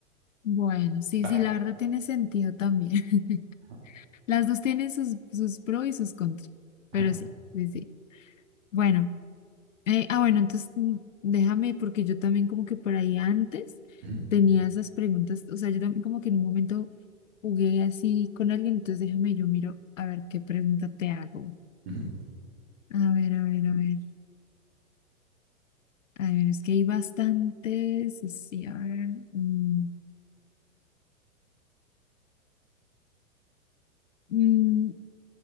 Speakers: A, on the left (about 65°); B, on the right (about 50°).
A: Bueno, sí,
B: Va.
A: sí, la verdad tiene sentido también.
B: Ajá,
A: <laughs> Las dos tienen sus, sus pros y sus contras,
B: ajá,
A: pero sí, sí, sí. Bueno, eh, ah, bueno, entonces mm, déjame, porque yo también como que por ahí antes
B: ujú,
A: tenía esas preguntas, o sea, yo también como que en un momento jugué así con alguien, entonces déjame, yo miro a ver qué pregunta te hago.
B: ujú.
A: A ver, a ver, a ver. A ver, es que hay bastantes, sí, a ver. mm, mm,